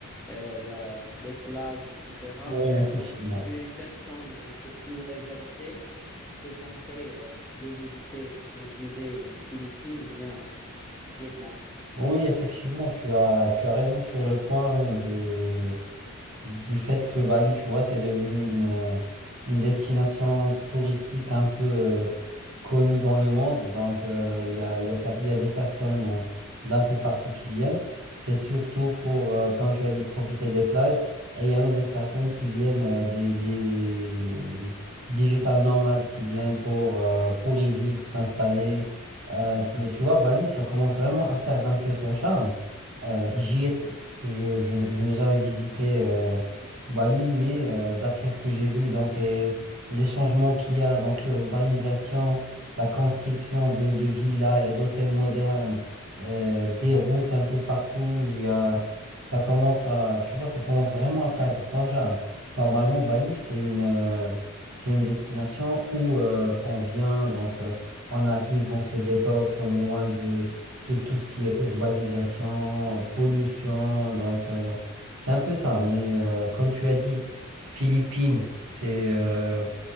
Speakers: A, in the centre; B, on the right.
A: euh, la- les plages, etc.
B: ouais effectivement.
A: Donc, si tu es une personne un peu plus réservée, je te conseille euh, de visiter, comme je disais, Philippines ou bien Vietnam.
B: Oui, effectivement, tu as, tu as raison sur le point de, du fait que Bali, tu vois, c'est devenu une, euh, une destination touristique un peu euh, connue dans le monde. Donc, euh, il y a, il y a pa- il y a des personnes euh, d'un peu partout qui viennent. C'est surtout pour, euh, comme tu as dit, profiter des plages. Et il y a même des personnes qui viennent euh, des, des digital nomades qui viennent pour, euh, pour y vivre, s'installer. Euh, tu vois, Bali, ça commence vraiment à perdre un peu son charme. Euh, j'y étais- je, je- je n'ai jamais visité euh, Bali, mais euh, d'après ce que j'ai vu, donc et les changements qu'il y a, donc l'urbanisation, la construction de, de villas et d'hôtels modernes, euh, des routes un peu partout, il y a, ça commence à, tu vois, ça commence vraiment à perdre son charme. Normalement, Bali, c'est une, euh, c'est une destination où euh, on vient, donc euh, on arrive, on se détoxe, on est loin de tout ce qui est urbanisation, pollution. Donc, euh, c'est un peu ça. Mais euh, comme tu as dit, Philippines, c'est euh,